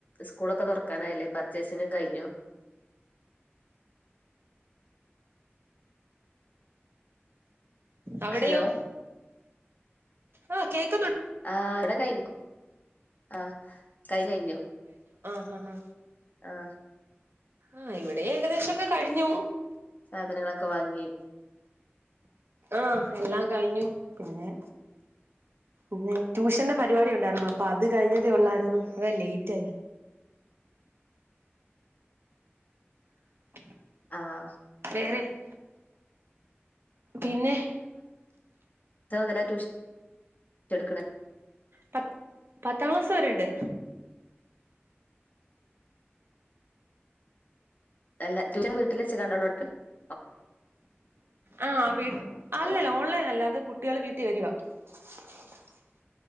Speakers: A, on the left; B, on the right.
A: സ്കൂളൊക്കെ തൊറക്കാനായില്ലേ പർച്ചേസിങ് ഒക്കെ കയിഞ്ഞോ <inaudible>
B: അവിടെയോ
A: ഹലോ
B: ആ കേക്ക്
A: ആഹ് ഇവിടെ കയിഞ്ഞു ആഹ കൈ കയിഞ്ഞു
B: അഹ് അഹ്
A: ആഹ
B: ആഹ് ഇവിടെയും ഏകദേശംക്കെ കഴിഞ്ഞു
A: സാധനങ്ങളൊക്കെ വാങ്ങി
B: ആഹ എല്ലാം കഴിഞ്ഞു പിന്നെ പിന്നെ ട്യൂഷന്റെ പരിപാടി ഒണ്ടായിരുന്നു അപ്പൊ അത് കഴിഞ്ഞതേ ഉള്ളായിരുന്നു അത ലേറ്റ് ആയെ
A: <inaudible>
B: <unintelligible>
A: ആഹ്
B: <unintelligible> പിന്നെ
A: എത്ര മുതല്ല ട്യൂഷൻ എടുക്കണെ
B: പ പത്താം ക്ലാസ് വരെണ്ട്
A: എല്ല ട്യൂഷൻ വീട്ടില് വെച്ച ട്ടാണോ എടക്ക <unintelligible>
B: ആ വി അല്ലല്ല
A: ഓ
B: ഓൺലൈൻ അല്ലാതെ കുട്ടികള് വീട്ടിൽ വരിവാ <unintelligible>